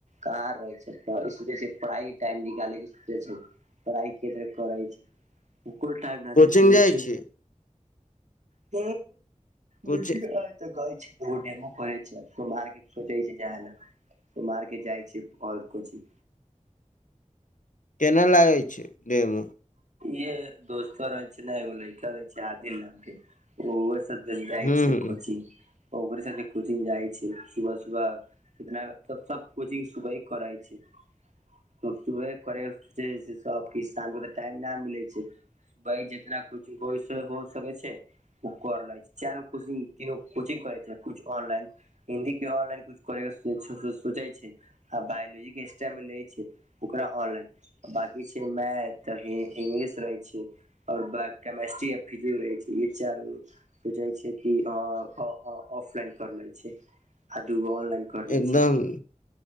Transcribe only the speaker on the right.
कारण रहै छै तऽ सोचै छै पढ़ाइके टाइम निकालेके सोचै छै। पढ़ाइके करै छै, ओ कोना टाइम
निकले
छै?
ह
<unintelligible> तऽ गेल छै दूर, डेमो करै छै। सोमबारके सोचै छै जाय लेल। कुमारके जाइ छै आओर किछु।
ई दोस्त रहै छै ने, एगो लड़का रहै छै आदिल नामक, ओ सभ। जाइ
छै
कोचिंग, ओकरा संग कोचिंग जाइ छै सुबह-सुबह। एतना तऽ सभ कोचिंग सुबह करै छै। <unintelligible> ते करे शाम टाइम नहि मिलै छै, जितना किछु होइ छै, से हो सकै छै। ओकरा लगैत छै चारिगो कोचिंग। तीनू कोचिंग करे छै। कुछ ऑनलाइन हिन्दी के ऑनलाइन कुछ करेके सोचे छै। आ बायोलॉजीक क्लास ले छै, ओकरा ऑनलाइन बाकी छै मैथ। तऽ इंग्लिश रहै छै आ केमिस्ट्री, फिजिक्स रहै। ई चारि गो सोचै छै। ऑफलाइन कऽ लै छै आ दू गो ऑनलाइन कऽ लै
छै।